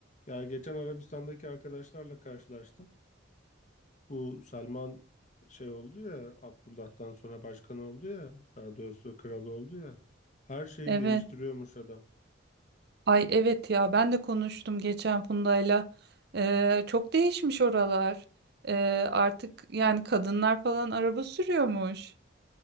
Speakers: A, on the left; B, on the right.
A: Ya geçen Arabistan'daki arkadaşlarla karşılaştım. Bu Salman şey oldu ya, Abdullah'tan sonra başkan oldu ya, daha doğrusu kral oldu ya. Her şeyi
B: Evet.
A: değiştiriyormuş adam.
B: Ay evet ya ben de konuştum geçen Funda'yla. Ee, çok değişmiş oralar. Ee, artık yani kadınlar falan araba sürüyormuş.